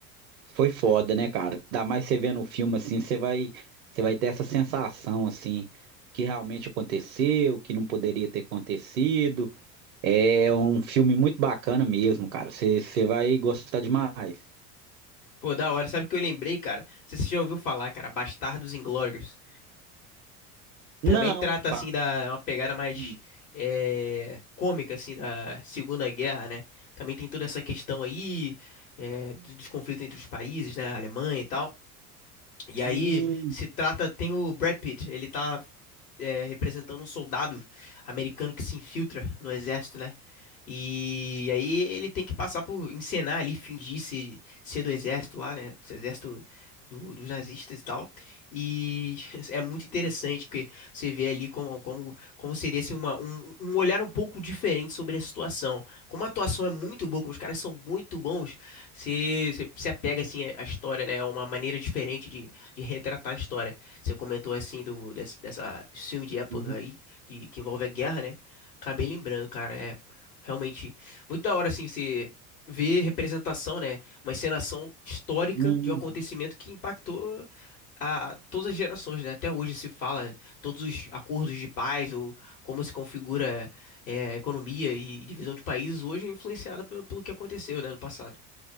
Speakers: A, on the right; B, on the left.
A: foi foda, né, cara? Ainda mais você vendo o filme assim, você vai, você vai ter essa sensação assim que realmente aconteceu, que não poderia ter acontecido. É um filme muito bacana mesmo, cara. Você, você vai gostar demais.
B: Pô, da hora. Sabe o que eu lembrei, cara? Você já ouviu falar, cara? Bastardos Inglórios. também
A: Não,
B: trata
A: ba...
B: assim da uma pegada mais
A: hum,
B: é, cômica assim da Segunda Guerra, né? Também tem toda essa questão aí é, do- dos conflitos entre os países, né? Alemanha e tal. E aí
A: hum,
B: se trata, tem o Brad Pitt, ele tá é, representando um soldado americano que se infiltra no exército, né? E aí ele tem que passar por encenar ali, fingir se, ser do exército lá, né? Do exército do- dos nazistas e tal. E <laughs> é muito interessante porque você vê ali como, como, como seria assim, uma, um, um olhar um pouco diferente sobre a situação. Como a atuação é muito boa, como os caras são muito bons, você, você se apega assim à história, né? É uma maneira diferente de retratar a história. Você comentou assim do dessa, dessa desse filme de época
A: uhum,
B: aí que, que envolve a guerra, né? Acabei lembrando, cara, é realmente muito da hora assim você ver representação, né? Uma encenação histórica
A: uhum.
B: de um acontecimento que impactou a todas as gerações, né? Até hoje se fala todos os acordos de paz ou como se configura é, economia e divisão de países hoje é influenciada pelo, pelo que aconteceu, né, no passado.